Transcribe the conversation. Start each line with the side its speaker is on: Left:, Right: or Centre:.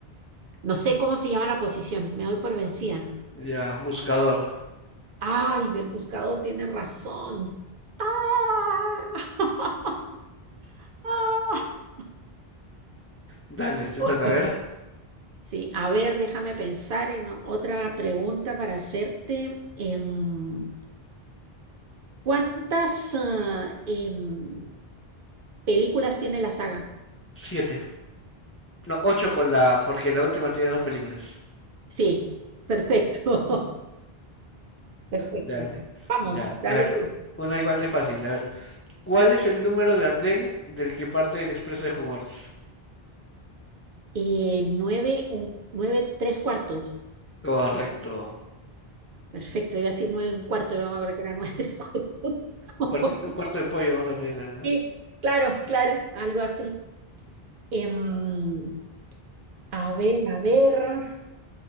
Right: no sé cómo se llama la posición, me doy por vencida.
Left: Ya, buscador.
Right: Ay, el buscador tiene razón. ¡Ah! <laughs>
Left: Dale, te
Right: Uy,
Left: toca ver.
Right: Sí, a ver, déjame pensar en otra pregunta para hacerte. Em, ¿cuántas ah, em, películas tiene la saga?
Left: Siete. No, ocho con la, porque la última tiene dos películas.
Right: Sí, perfecto. <laughs> Perfecto.
Left: Dale.
Right: Vamos,
Left: Ya,
Right: dale
Left: a ver,
Right: tú.
Left: una igual de fácil. A ver, ¿cuál es el número de andén del que parte el expreso de Hogwarts?
Right: Eh, nueve, un, nueve, tres cuartos.
Left: Correcto.
Right: Perfecto, iba a decir nueve, un cuarto, pero no me acuerdo que era nueve, tres cuartos. <laughs>
Left: Un cuartito, un cuarto de pollo vamos a pedir a...
Right: Sí, claro, claro, algo así. Em, a ver, a ver.